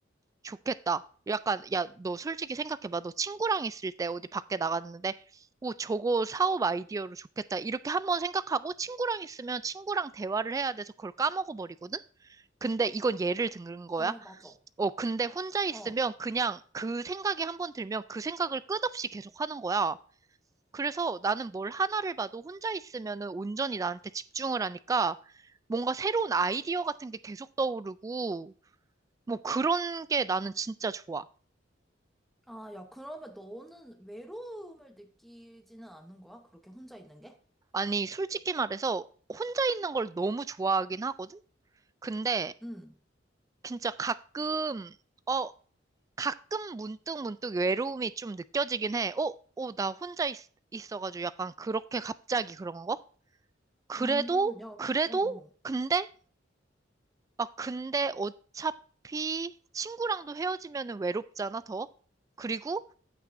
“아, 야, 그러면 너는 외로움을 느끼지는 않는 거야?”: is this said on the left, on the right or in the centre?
Centre